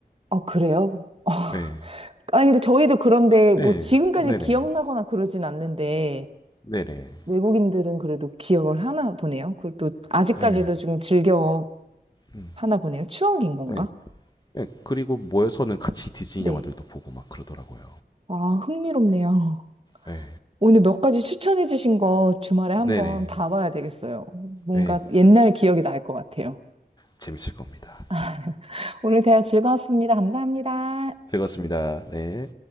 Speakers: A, on the right; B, on the left.
A: 아, 그래요? <laughs>
B: 예.
A: 아니, 근데 저희도 그런데 뭐
B: 예.
A: 지금까지
B: 네네.
A: 기억나거나 그러진 않는데
B: 네네.
A: 외국인들은 그래도 기억을 하나 보네요. 그리고 또 아직까지도
B: 예.
A: 좀 즐겨
B: 음.
A: 하나 보네요. 추억인 건가?
B: 예. 예. 그리고 모여서는 같이 디즈니
A: 네.
B: 영화들도 보고 막 그러더라고요.
A: 아, 흥미롭네요.
B: 예.
A: 오늘 몇 가지 추천해 주신 거 주말에 한번
B: 네네.
A: 봐봐야 되겠어요. 뭔가
B: 예.
A: 옛날 기억이 날 것 같아요.
B: 재밌을 겁니다.
A: <laughs> 오늘 대화 즐거웠습니다. 감사합니다.
B: 즐거웠습니다. 네.